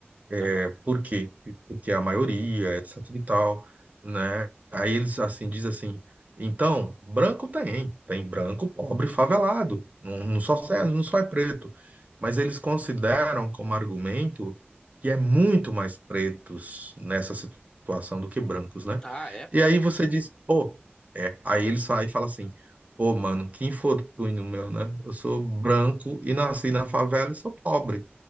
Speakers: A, on the right; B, on the left.
A: é,
B: Aham.
A: por quê? Porque a maioria, etc e tal, né? Aí eles, assim, dizem assim, então, branco tem, tem branco, pobre, favelado, não, não só, é- não só é preto, mas eles consideram como argumento que é muito mais pretos nessa situação do que brancos, né?
B: Ah, é, pô.
A: E aí você diz, pô, é, aí eles saem e falam assim, pô, mano, que infortúnio meu, né? Eu sou branco e nasci na favela e sou pobre.